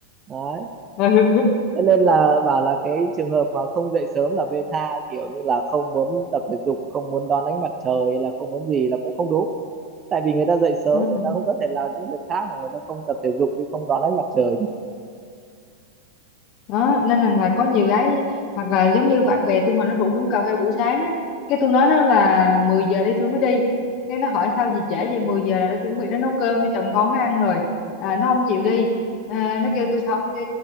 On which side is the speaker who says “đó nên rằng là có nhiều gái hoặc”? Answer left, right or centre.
Left